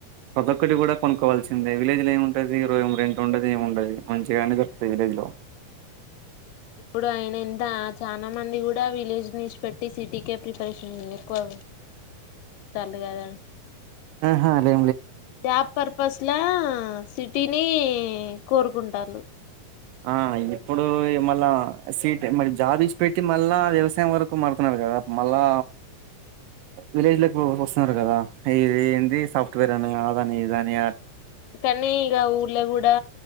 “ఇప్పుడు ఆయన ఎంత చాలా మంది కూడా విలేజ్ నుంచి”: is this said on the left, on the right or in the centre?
Left